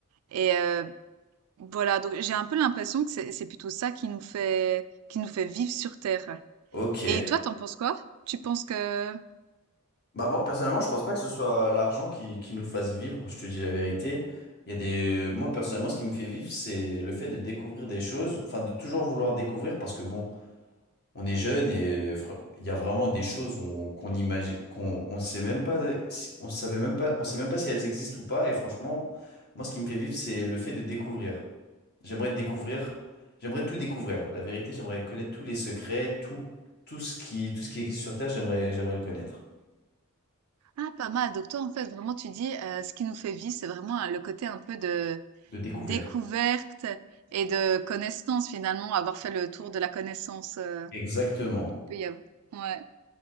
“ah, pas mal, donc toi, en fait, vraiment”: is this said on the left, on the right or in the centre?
Right